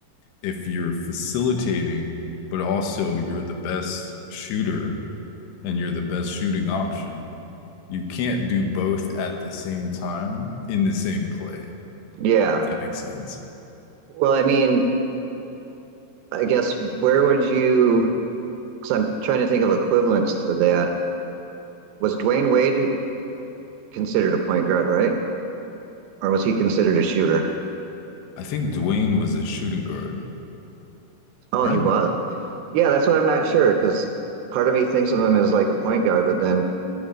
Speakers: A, on the left (about 80°); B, on the right (about 75°).
A: if you're facilitating, but also you're the best shooter and you're the best shooting option, you can't do both at the same time in the same play.
B: Yeah.
A: If that makes sense.
B: Well, I mean, I guess where would you, because I'm trying to think of equivalents to that. Was Dwayne Wade considered a point guard, right? Or was he considered a shooter?
A: I think Dwayne was a shooting guard,
B: Oh,
A: right?
B: he was. Yeah, that's what I'm not sure because part of me thinks of him as like a point guard, but then,